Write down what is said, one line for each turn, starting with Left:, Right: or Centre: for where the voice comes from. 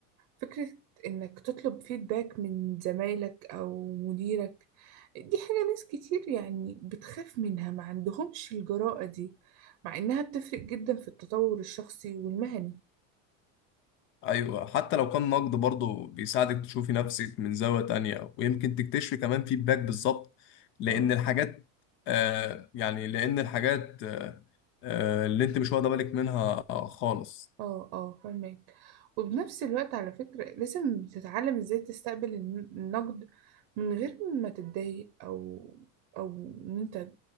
Right: فكرة انك تطلب فيدباك من زمايلك او مديرك دي حاجة ناس كتير يعني بتخاف منها ما عندهمش الجرأة دي مع انها بتفرق جدا في التطور الشخصي والمهني
Left: ايوه حتى لو كان نقد برضه بيساعدك تشوفي نفسك من زاويه تانية ويمكن تكتشفي كمان فيدباك بالظبط لان
Right: اه
Left: الحاجات آه يعني لان الحاجات آه آه اللي انت مش واخده بالك منها خالص
Right: اه اه فهمك وبنفس الوقت على فكرة لازم تتعلم ازاي تستقبل الن- النقد من غير ما تتضايق او او ان انت